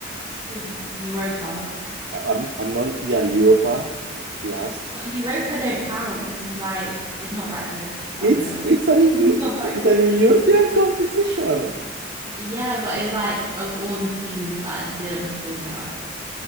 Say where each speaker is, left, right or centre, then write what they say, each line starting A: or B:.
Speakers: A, on the right; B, on the right.
A: with Europa?
B: I- I'm, I'm not. Yeah, Europa last.
A: But Europa don't count because it's like it's not that good of
B: It's
A: a
B: it's
A: <laughs>
B: an
A: it's
B: EU, it's
A: not that
B: it's
A: good.
B: an European competition.
A: Yeah, but it's like of all the teams that didn't perform well.